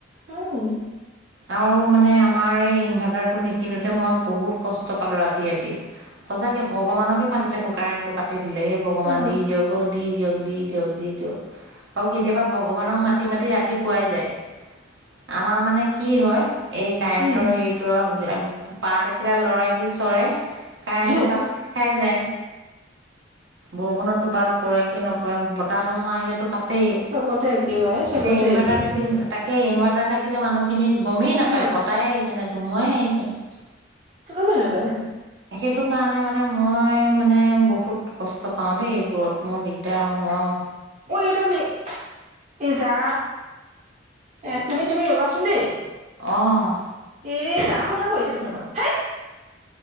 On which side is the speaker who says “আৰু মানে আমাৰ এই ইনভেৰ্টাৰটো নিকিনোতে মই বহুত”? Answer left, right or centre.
Right